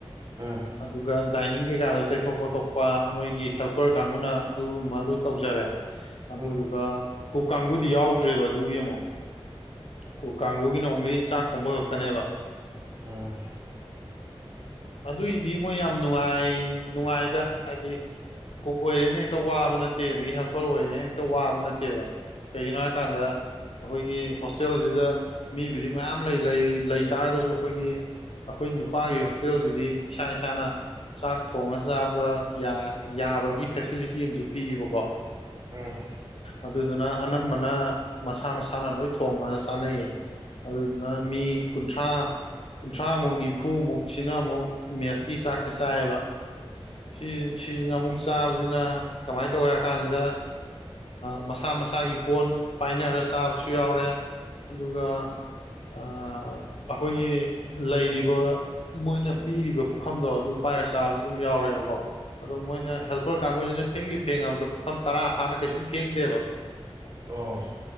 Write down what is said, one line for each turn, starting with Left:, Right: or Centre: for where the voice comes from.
Right: ꯎꯝ
Left: ꯑꯗꯨꯒ ꯗꯥꯏꯅꯤꯡ ꯀꯩꯀꯥꯗꯣ ꯇꯩꯊꯣꯛ ꯈꯣꯇꯣꯛꯄ ꯃꯣꯏꯒꯤ ꯍꯦꯜꯄꯔ ꯀꯥꯡꯕꯨꯅ ꯑꯗꯨꯝꯃ ꯂꯣꯏ ꯇꯧꯖꯔꯦ
Right: ꯎꯝ ꯑꯣ ꯎꯝ ꯎꯝ ꯎꯝ ꯎꯝ ꯑꯣ ꯎꯝ ꯑꯣ
Left: ꯑꯗꯨꯗꯨꯒ ꯀꯨꯛ ꯀꯥꯡꯕꯨꯗꯤ ꯌꯥꯎꯗ꯭ꯔꯦꯕ ꯑꯗꯨꯒꯤ ꯑꯃꯨꯛ ꯀꯨꯛ ꯀꯥꯡꯒꯨꯒꯤꯅ ꯑꯣꯡꯂꯤ ꯆꯥꯛ ꯊꯣꯡꯕ ꯈꯛꯇꯅꯦꯕ
Right: ꯑꯥ
Left: ꯑꯗꯨꯏꯗꯤ ꯃꯣꯏ ꯌꯥꯝ ꯅꯨꯡꯉꯥꯏ ꯅꯨꯡꯉꯥꯏꯗ ꯍꯥꯏꯗꯤ ꯀꯨꯛ ꯑꯣꯏꯔꯦꯅ ꯍꯦꯛꯇ ꯋꯥꯕ ꯅꯠꯇꯦ ꯑꯗꯒꯤ ꯍꯦꯜꯄꯔ ꯑꯣꯏꯔꯦꯅ ꯍꯦꯛꯇ ꯋꯥꯕ ꯅꯠꯇꯦꯕ ꯀꯩꯒꯤꯅꯣ ꯍꯥꯏꯀꯥꯟꯗ ꯑꯩꯈꯣꯏꯒꯤ ꯍꯣꯁꯇꯦꯜꯖꯤꯗ ꯃꯤꯕꯨꯗꯤ ꯃꯌꯥꯝ ꯂꯩ ꯂꯩ ꯂꯩ ꯇꯥꯔꯒꯖꯨ ꯑꯩꯈꯣꯏꯒꯤ ꯑꯩꯈꯣꯏ ꯅꯨꯄꯥꯒꯤ ꯍꯣꯁꯇꯦꯜꯖꯤꯗꯤ ꯏꯁꯥ ꯏꯁꯥꯅ ꯆꯥꯛ ꯊꯣꯡꯉ ꯆꯥꯕ ꯌꯥ ꯌꯥꯕꯒꯤ ꯐꯦꯁꯤꯂꯤꯇꯤ ꯑꯃꯖꯨ ꯄꯤꯕꯀꯣ
Right: ꯎꯝ
Left: ꯑꯗꯨꯗꯨꯅ ꯑꯅꯝꯕꯅ ꯃꯁꯥ ꯃꯁꯥꯅ ꯂꯣꯏ ꯊꯣꯡꯉꯒ ꯆꯥꯅꯩꯌꯦ ꯑꯗꯨꯗꯨꯅ ꯃꯤ ꯀꯨꯟꯊ꯭ꯔꯥ ꯀꯨꯟꯊ꯭ꯔꯥꯃꯨꯛ ꯅꯤꯐꯨꯃꯨꯛꯁꯤꯅ ꯑꯃꯨꯛ ꯃꯦꯁꯀꯤ ꯆꯥꯛꯁꯦ ꯆꯥꯏꯕ ꯁꯤ ꯁꯤꯁꯤꯅ ꯑꯃꯨꯛ ꯆꯥꯕꯁꯤꯅ ꯀꯃꯥꯏꯅ ꯇꯧꯒꯦ ꯍꯥꯏ ꯀꯥꯟꯁꯤꯗ ꯃꯁꯥ ꯃꯁꯥꯒꯤ ꯀꯣꯟ ꯄꯥꯏꯅꯔꯒ ꯆꯥꯕꯁꯨ ꯌꯥꯎꯔꯦ ꯑꯗꯨꯒ ꯑ ꯑꯩꯈꯣꯏꯒꯤ ꯂꯩꯔꯤꯕ ꯃꯣꯏꯅ ꯄꯤꯔꯤꯕ ꯄꯨꯈꯝꯗꯣ ꯑꯗꯨ ꯄꯥꯏꯔ ꯆꯥꯔꯁꯨ ꯑꯗꯨꯝ ꯌꯥꯎꯔꯦꯕꯀꯣ ꯑꯗꯣ ꯃꯣꯏꯅ ꯍꯦꯜꯄꯔ ꯀꯥꯡꯒꯨꯁꯤꯅ ꯐꯦꯡꯒꯦ ꯐꯦꯡꯉꯕꯗ ꯄꯨꯈꯝ ꯇꯔꯥ ꯐꯥꯅ ꯀꯩꯁꯨꯝ ꯐꯦꯡꯗꯦꯕ
Right: ꯑꯣ